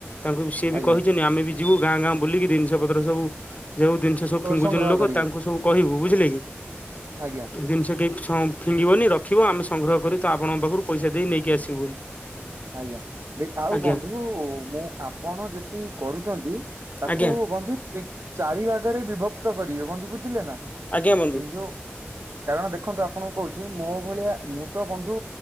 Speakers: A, on the left (about 35°); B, on the right (about 80°).
A: ତାଙ୍କୁ ସିଏ ବି
B: ଆଜ୍ଞା
A: କହିଛନ୍ତି ଆମେ ବି ଯିବୁ ଗାଁ ଗାଁ ବୁଲିକି ଜିନିଷ ପତ୍ର ସବୁ ଯୋଉ ଜିନିଷ ସବୁ ଫିଙ୍ଗୁଛନ୍ତି
B: ସଂଗ୍ରହ
A: ଲୋକ
B: କରିବେ
A: ତାଙ୍କୁ ସବୁ କହିବୁ ବୁଝିଲେ କି
B: ଆଜ୍ଞା।
A: ଜିନିଷ କେହି ଫିଙ୍ଗିବନି ରଖିବ ଆମେ ସଂଗ୍ରହ କରି ତ ଆପଣଙ୍କ ପାଖରୁ ପଇସା ଦେଇ ନେଇକି ଆସିବୁ ବୋଲି।
B: ଆଜ୍ଞା ଦେ ଆଉ
A: ଆଜ୍ଞା
B: ବନ୍ଧୁ ମୁଁ ଆପଣ ଯେତିିକି କରୁଛନ୍ତି ତାକୁ
A: ଆଜ୍ଞା
B: ବନ୍ଧୁ ଚାରି ଭଗରେ ବିଭକ୍ତ କରିବେ ବନ୍ଧୁ ବୁଝିଲେ ନା।
A: ଆଜ୍ଞା ବନ୍ଧୁ
B: ଏଇ ଯୋଉ କାରଣ ଦେଖନ୍ତୁ ଆପଣଙ୍କୁ କହୁଛିୁ। ମୋ ଭଳିଆ ମୁଁ ତ ବନ୍ଧୁ